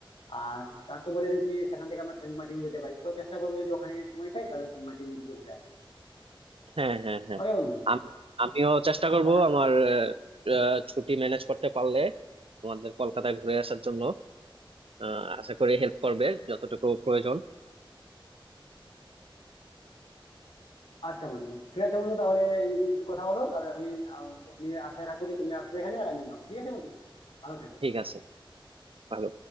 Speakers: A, on the left; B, on the right.
A: আর তার তো বলে যে তুমি সেখান থেকে আমরা সেন্ট মার্টিন যেতে পারি তো চেষ্টা করবো যদি ওখানে সময় পাই তাহলে সেন্ট মার্টিন গিয়ে ঘুরে আসবো
B: হ্যাঁ হ্যাঁ হ্যাঁ
A: ওকে বন্ধু
B: আম- আমিও চেষ্টা করব
A: তাহলে
B: আমার আহ, আহ, ছুটি ম্যানেজ করতে পারলে তোমাদের কলকাতায় ঘুরে আসার জন্য আহ, আশা করি হেল্প করবে যতটুকু প্রয়োজন
A: আচ্ছা বন্ধু ঠিক আছে বন্ধু তাহলে এই অবধি কথা হলো তাহলে আমি আহ, আমি আশায় রাখবো যে তুমি আসবে এখানে আর আমি যাবো ঠিক আছে বন্ধু ভালো থেকো
B: ঠিক আছে ভালো